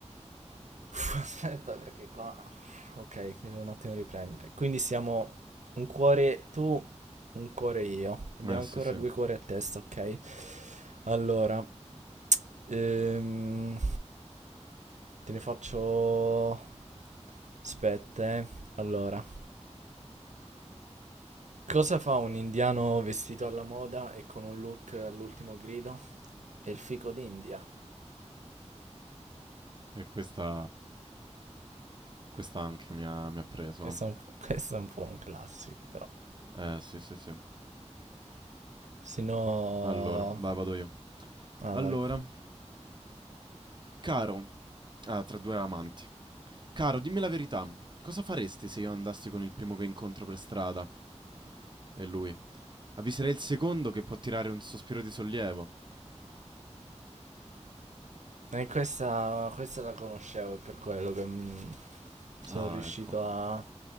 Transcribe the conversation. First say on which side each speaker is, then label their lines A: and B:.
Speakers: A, on the right; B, on the right.
A: Uff, <laughs> aspetta perché qua... Ok, mi devo un attimo riprendere. Quindi siamo un cuore tu, un cuore io. Abbiamo
B: Eh, sì,
A: ancora
B: sì.
A: due cuori a testa, ok? Allora, ehm, te ne faccio... Aspetta, eh. Allora. Cosa fa un indiano vestito alla moda e con un look all'ultimo grido? È il fico d'India.
B: E questa, questa anche mi ha, mi ha preso.
A: Questo è un po', questo è un po' un classico, però.
B: Eh, sì, sì, sì.
A: Se no...
B: Allora, vai, vado io.
A: Ah,
B: Allora,
A: vai.
B: caro, ah, tra due amanti. Caro, dimmi la verità. Cosa faresti se io andassi con il primo che incontro per strada? E lui. Avviserei il secondo che può tirare un sospiro di sollievo.
A: E questa, questa la conoscevo, è per quello che mm, sono
B: Ah,
A: riuscito
B: ecco.
A: a...